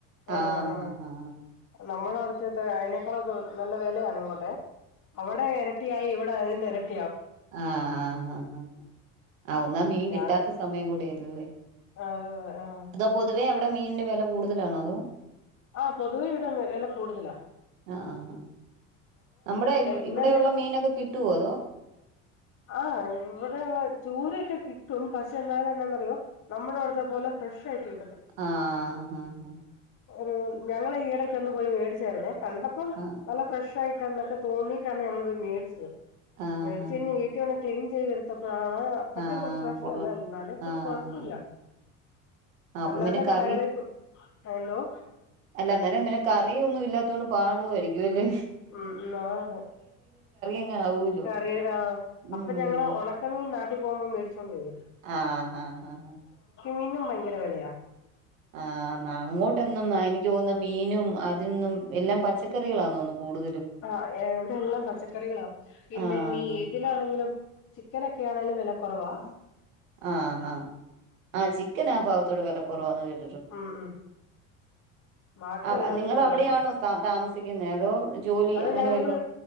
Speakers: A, on the left; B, on the right.
A: ആ
B: ആഹ്
A: ആ.
B: ആഹ് ആഹ്
A: നമ്മുടെ അവിടുത്തെയൊക്കെ അയിനേക്കളൊക്കെ നല്ല വെലയാണെ ഇങ്ങോട്ടെ. അവിടെ എരട്ടിയായി ഇവിടതിന്റെരട്ടി
B: ആ ആ ആ ആ. ആ ഒന്നാത് മീൻ
A: ഞാൻ
B: കിട്ടാത്ത സമയം കൂടിയല്ലേല്ലേ?
A: ആ ആ
B: അതോ പൊതുവേ അവിടെ മീനിന്റെ വെല കൂടുതലാണോ അതോ?
A: ആ പൊതുവെ ഇവിടെ വെ വെലക്കൂടുതലാ.
B: ആ ആ ആ നമ്മുടെ
A: ഇന്നലെ
B: ഇവിടെ ഉള്ള മീനൊക്കെ കിട്ടുവോ അതോ?
A: ആ ഇവിടെ ചൂരയൊക്കെ കിട്ടും പക്ഷെ എന്നാലും എന്നാന്നറിയോ നമ്മുടെ വിടുത്തെ പോലെ ഫ്രഷ് കി
B: ആഹ് ആഹ്
A: ഒരു ഞങ്ങള ഈടക്ക് ഒന്ന് പോയി മേടിച്ചായിുന്നേ കണ്ടപ്പം
B: ആ
A: നല്ല ഫ്രഷ് ആയിട്ട് ക്കെ തോന്നീട്ടാണ് ഞൾ പോയി മേടിച്ചത്
B: ആ
A: മേടിച്ച
B: ഹാ
A: കയിഞ് വീട്ടിൽ വന്ന ക്ലീൻ ചെയ്തത്തപ്പോ ആഹ് അത്രക്ക
B: ആ
A: റിഫ്രഷല്ല
B: കൊള്ളാം
A: എന്നാലും ഒക്കെ
B: ആ
A: കൊഴപ്പില്ല
B: ആ ആ
A: അല്ലാതെ
B: അപ്പം പിന്നെ
A: കടകളിൽ
B: കറി
A: എന്തോ
B: അല്ല അന്നേരം പിന്നെ കറിയ ഒന്നും ഇല്ലാത്തോണ്ട് പാടമായിരിക്കുംല്ലേ
A: ഉം ആതെറിയ
B: അങ്ങ് ആവൂലോ
A: കറി ആഹ്
B: ഉം
A: അപ്പൊ ഞങ്ങള് ഉണക്കമീ പോകുമ്പോ മേിച്ചുകണ്ടരും
B: ആഹ് ആഹ് ആഹ്
A: മീനും ഭയങ്കര വിലയാ
B: ആഹ് അങ്ങോട്ടൊന്നും എനിക്ക് പോകുന്ന മീനും അതിൽ നിന്നും എല്ലാം പച്ചക്കറികളാ തോന്നുന്നു കൂടുതലും
A: ആഹ് എവിടെ എല്ലാം പച്ചക്കറികളാണ് പിന്നെ
B: ആ
A: മീ
B: ഹാ
A: തിനാണെങ്കിലും ചിക്കനൊക്കെ ആണേലും വില കുറവാ
B: ആഹാ ആഹ് ചിക്കൻ ആഹ് ഭാഗത്തോടെ വില കുറവാന്ന് കേട്ട
A: ഉം ഉം ബാക്കി
B: ആ
A: എല്ലാത്തിനും
B: നിങ്ങൾ
A: വില
B: അവിടെയാണോ
A: കൊട
B: താമസിക്കുന്നത് അതോ ജോലി
A: അത
B: അങ്ങനെ
A: ഞങ്ങളിപ്പോ
B: വല്ല